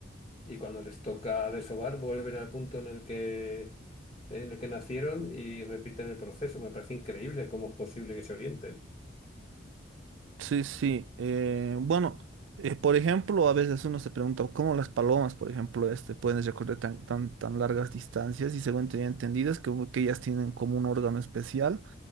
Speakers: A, on the left; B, on the right.
A: y cuando les toca desovar, vuelven al punto en el que, en el que nacieron y repiten el proceso. Me parece increíble cómo es posible que se orienten.
B: Sí, sí, eh, bueno, eh, por ejemplo, a veces uno se pregunta cómo las palomas, por ejemplo, este, pueden recorrer tan, tan, tan largas distancias y según tenía entendido es que, que ellas tienen como un órgano especial